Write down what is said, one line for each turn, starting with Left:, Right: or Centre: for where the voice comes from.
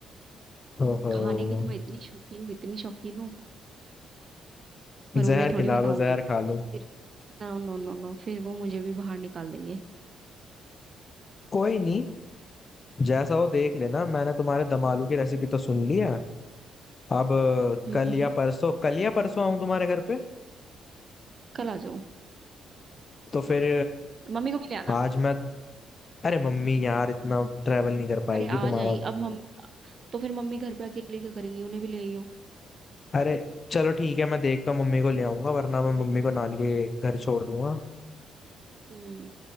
Left: ओहो,
Right: खाने की तो मैं इतनी शौकीन इतनी शौकीन हूँ पर उन्हें
Left: जहर
Right: थोड़ी
Left: खिला
Right: बताऊंगी
Left: दो जहर खा लो
Right: फिर नो नो नो नो फिर वो मुझे भी बाहर निकाल देंगे
Left: कोई नहीं जैसा हो देख लेना मैंने तुम्हारे दम आलू की रेसिपी तो सुन लिया अब अ,
Right: हम्म
Left: कल
Right: हम्म
Left: या परसों कल या परसों आऊं तुम्हारे घर पे
Right: कल आ जाओ
Left: तो फिर
Right: मम्मी को भी ले आना
Left: अ, आज मैं अरे मम्मी यार इतना ट्रैवल नहीं कर पाएगी
Right: अरे आ
Left: तुम्हारा
Right: जाएंगी अब मम्मी तो फिर मम्मी घर पे अकेले क्या करेंगी उन्हें भी ले आइयो
Left: अरे चलो ठीक है मैं देखता हूँ मम्मी को ले आऊंगा वरना मैं मम्मी को नानी के घर छोड़ दूंगा
Right: हम्म